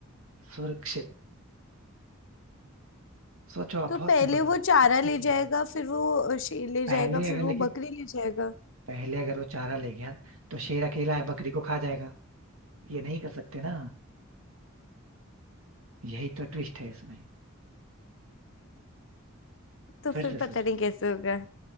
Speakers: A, on the right; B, on the left.
A: सुरक्षित सोचो आप
B: तो
A: बहुत
B: पहले
A: सिंपल कुछ
B: वो चारा
A: tricky
B: ले जाएगा
A: होता है।
B: फिर वो अ, शेर ले
A: पहले
B: जाएगा फिर
A: अगर
B: वो
A: लेकिन
B: बकरी ले जाएगा
A: पहले अगर वो चारा ले गया तो शेर अकेला है बकरी को खा जाएगा ये नहीं कर सकते ना यही तो ट्विस्ट है इसमें
B: तो
A: फिर
B: फिर
A: से
B: पता
A: सोचो
B: नहीं कैसे होगा